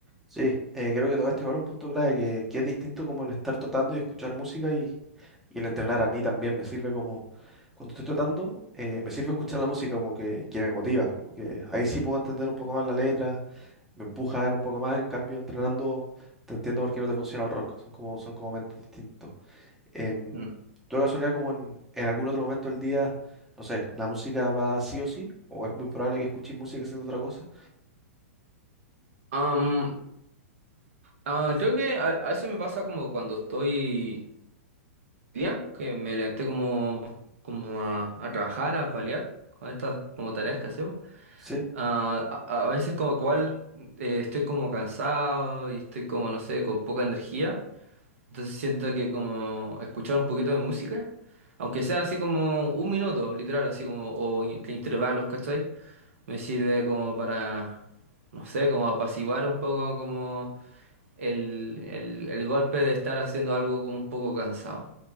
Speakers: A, in the centre; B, on the right.
A: Sí, eh, creo que tocaste igual un punto clave que, que es distinto como el estar tratando y escuchar música y, y el entrenar a mí también. Me sirve como, cuando estoy tratando, eh, me sirve escuchar la música como que, que me motiva, como que ahí sí puedo entender un poco más la letra, me empuja a ver un poco más. En cambio, entrenando, te entiendo por qué no te funciona el rock. Son como, son como momentos distintos. Em,
B: Mm.
A: ¿tú de casualidad como en, en algún otro momento del día, no sé, la música va sí o sí? ¿O es muy probable que escuches música haciendo otra cosa?
B: Am, ah, creo que a, a veces me pasa como cuando estoy día, que me levanté como, como a, a trabajar, a paliar con estas como tareas que hacemos.
A: Sí,
B: Ah, a, a veces como cual eh, estoy como cansado y estoy como, no sé, con poca energía. Entonces siento que como escuchar un poquito de música, aunque sea así como un minuto, literal, así como, o in- que intervalos, ¿cachai? Me sirve como para, no sé, como apaciguar un poco como el, el, el golpe de estar haciendo algo como un poco cansado.